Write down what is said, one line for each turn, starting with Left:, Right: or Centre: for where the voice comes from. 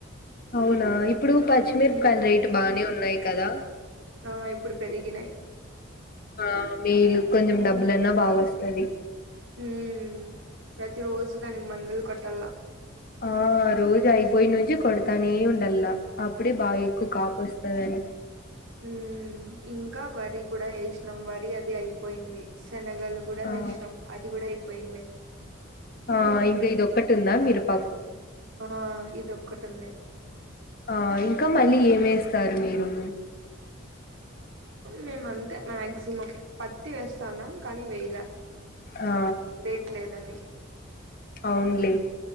Left: అవునా ఇప్పుడు పచ్చిమిరపకాయలు
Right: మ్మ్
Left: రేటు బానే ఉన్నాయి కదా
Right: ఆ ఇప్పుడు పెరిగినాయి్
Left: ఆ మీలు కొంచెం డబ్బులన్నా బాగా వస్తుది
Right: హ ప్రతి రోజు దానికి మందులు కొట్టాల
Left: ఆ రోజు అయిపోయి నుంచి కొడతానే ఉండల్లా అప్పుడే బాగా ఎక్కువ కాపుస్తుందిని
Right: ఉ ఇంకా వరి కూడా వేసినాం వరి అది అయిపోయింది శనగ లు కూడా
Left: ఆ
Right: వేషాం అది కూడా అయిపోయింది
Left: ఆ ఇంకా ఇదిొక్కటి ఉందా మీరు ప
Right: ఆ ఇదిొక్కటి ఉంది
Left: ఆ ఇంకా మళ్ళీ ఏమేస్తారు మీరు
Right: మేము అంతే మాక్సిమం పత్తి వేస్తాన్నాం కానీ వేల
Left: ఆ
Right: దేట్ లేదండి
Left: అవునులే